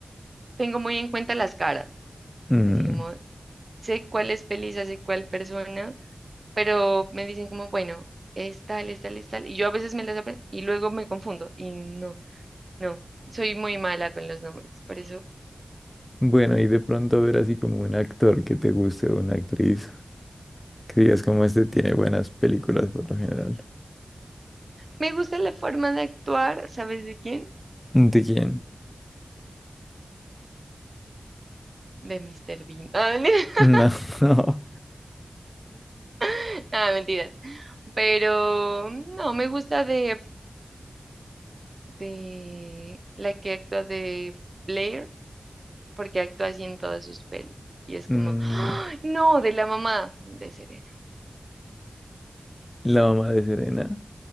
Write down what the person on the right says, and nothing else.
tengo muy en cuenta las caras.
Así como sé cuál es Pelisa, sé cuál persona, pero me dicen como, bueno, es tal, es tal, es tal. Y yo a veces me las aprendo y luego me confundo. Y no, no, soy muy mala con los nombres. Por eso
me gusta la forma de actuar, ¿sabes de quién?
de Mr. Bean. <laughs>
Ah, nada, mentiras. Pero no, me gusta de, de la que actúa de Blair, porque actúa así en todas sus pelis. Y es
como, ¡ay! no, de la mamá de Serena.